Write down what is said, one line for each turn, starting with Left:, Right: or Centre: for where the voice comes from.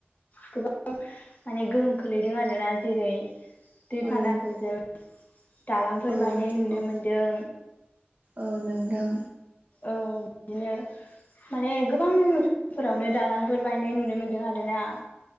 Left: गोबां माने गोहोम खोलैदों आरोना जेरै दैबानाफोरजों
Right: औ
Left: दालांफोर
Right: औ
Left: बायनाय नुनो
Right: औ
Left: मोनदों
Right: औ नोंथां
Left: औ बिदिनो माने गोबांफोरावनो दालांफोर बायनाय नुनो मोनदों आरो ना